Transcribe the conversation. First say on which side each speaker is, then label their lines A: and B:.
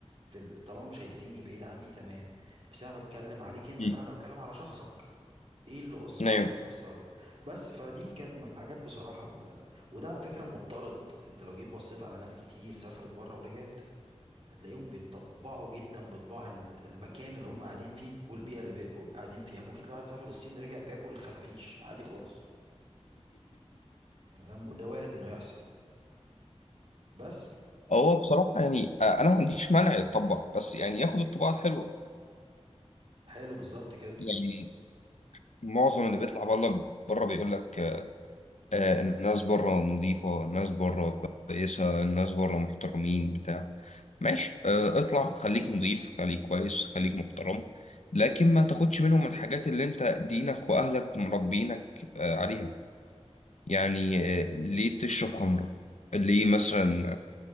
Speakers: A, on the right; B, on the left.
A: في ال- طالما مش هيأذيني بعيد عني تمام بس انا بتكلم عليك انت
B: مم.
A: بقى انا بتكلم على شخصك ايه اللي وصلك
B: ايوه
A: للمستوى ده بس فدي كانت من الحاجات بصراحه ال... وده على فكره مضطرد انت لو جيت بصيت على ناس كتير سافرت بره ورجعت هتلاقيهم بيتطبعوا جدا بطباع ال- المكان اللي هم قاعدين فيه والبيئة اللي بي... قاعدين فيها ممكن تلاقي واحد سافر الصين رجع بياكل خفافيش عادي خالص يعني ده ده وارد انه يحصل بس
B: هو بصراحة يعني آه، أنا ما عنديش مانع يتطبع بس يعني ياخد الطباعة الحلوة
A: حلو بالظبط كده
B: يعني معظم اللي بيطلع بره بره بيقول لك آه، الناس بره نظيفة الناس بره كويسة الناس بره محترمين بتاع ماشي آه، اطلع خليك نظيف خليك كويس خليك محترم لكن ما تاخدش منهم الحاجات اللي انت دينك واهلك مربينك آه، عليها يعني آه، ليه تشرب خمرة ليه مثلا